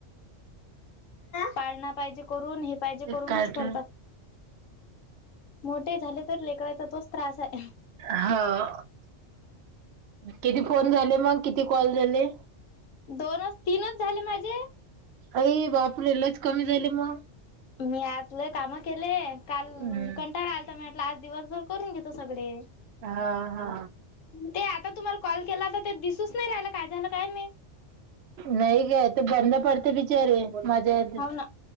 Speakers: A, on the left; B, on the right.
A: पाळना पाहिजे करून हे पाहिजे
B: ते
A: करूनच
B: कार्टून
A: करतात. मोठे झाले तर लेकराचा तोच त्रास आहे.
B: हा किती फोन झाले मग किती कॉल झाले?
A: दोनच तीनच झाले माझे.
B: अई बापरे! लयच कमी झाले मग.
A: मी आजले काम केले, काल
B: हम्म
A: कंटाळा आ म्हटलं आज दिवसभर करून घेतो सगळे.
B: हा हा..
A: ते आता तुम्हाला कॉल केला आता ते दिसूच नाही राहिला काय झालं काय माहित.
B: नाही ग ती बंद पडते बिचारी माझ्या
A: हो ना